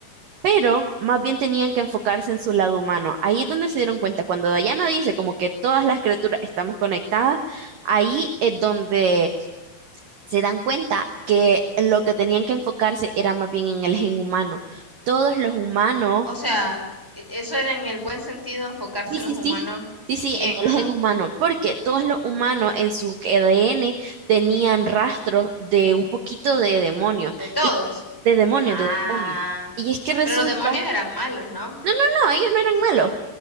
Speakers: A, on the right; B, in the centre.
A: pero más bien tenían que enfocarse en su lado humano. Ahí es donde se dieron cuenta, cuando Diana dice como que todas las criaturas estamos conectadas, ahí es donde se dan cuenta que lo que tenían que enfocarse era más bien en el gen humano. Todos los humanos,
B: O sea, e- eso era en el buen sentido enfocarse
A: sí,
B: en
A: sí,
B: los humanos
A: sí. Sí, sí,
B: bien,
A: en
B: ajá,
A: el gen humano, porque todos los humanos en su ADN tenían rastros de un poquito de demonio,
B: de todos.
A: y de demonio,
B: Ah,
A: de demonio. Y es que resulta
B: pero los demonios eran malos, ¿no?
A: No, no, no, ellos no eran malos.